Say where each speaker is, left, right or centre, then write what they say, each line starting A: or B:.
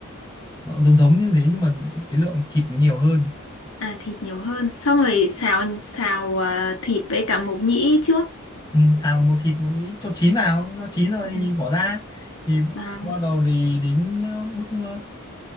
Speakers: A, on the left; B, on the left.
A: nó giống giống như thế nhưng mà cái lượng thịt nó nhiều hơn
B: à thịt nhiều hơn xong rồi xào xào à, thịt với cả mộc nhĩ trước
A: ừ, xào một thịt mộc nhĩ cho chín vào nó chín rồi
B: ừ.
A: thì bỏ ra thì
B: à
A: bắt đầu thì đến ờ, bước ờ,